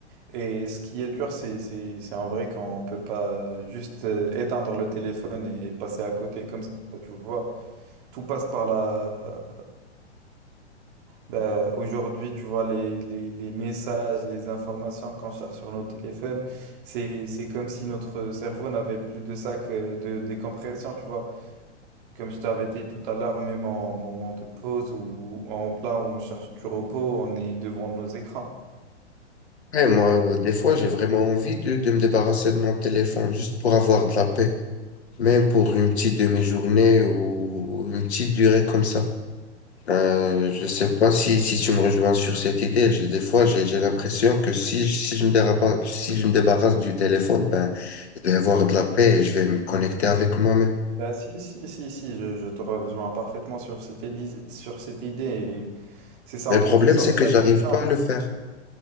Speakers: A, on the right; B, on the left.
A: Et ce qui est dur, c'est, c'est, c'est en vrai qu'on peut pas juste euh, éteindre le téléphone et passer à côté comme ça, tu vois. Tout passe par la... bah, aujourd'hui, tu vois, les, les, les messages, les informations qu'on cherche sur nos téléphones, c'est, c'est comme si notre cerveau n'avait plus de sac euh, de décompression, tu vois. Comme je t'avais dit tout à l'heure, même en moment de pause ou en- là où on cherche du repos, on est devant nos écrans.
B: Et moi, euh, des fois, j'ai vraiment envie de, de me débarrasser de mon téléphone juste pour avoir de la paix, même pour une petite demi-journée ou une petite durée comme ça. Euh, je sais pas si, si tu me rejoins sur cette idée. J'ai- Des fois, j'ai, j'ai l'impression que si, si je me débarrasse, si je me débarrasse du téléphone, ben, je vais avoir de la paix et je vais me connecter avec moi-même.
A: Bah, si, si, si, si, je, je te rejoins parfaitement sur cette idée, sur cette idée. et C'est ça
B: Mais
A: en
B: le
A: quelque
B: problème,
A: sorte
B: c'est que
A: l'addiction.
B: j'arrive pas à le faire.